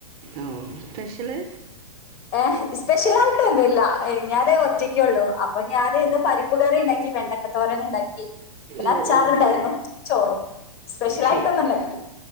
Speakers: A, on the right; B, on the left.
A: ഓ സ്പെഷ്യല്
B: ഏ സ്പെഷ്യൽ ആായിട്ട് ഒന്നും ഇല്ല ഞാാന് ഒറ്റക്കുള്ളൂ അപ്പൊ ഞാാന ഇന്ന് പരിപ്പ് കറി ഉണ്ടാക്കി വെണ്ടക്കത്തോരൻ ഉണ്ടാക്കി പിന്നെ
A: ഓ
B: അച്ചാറുണ്ടായിരുന്നു
A: ഓ
B: ചോറും സ്പെഷ്യൽ
A: ശരി
B: ആയിട്ടൊന്നും ഉണ്ടായിരിക്കില്ല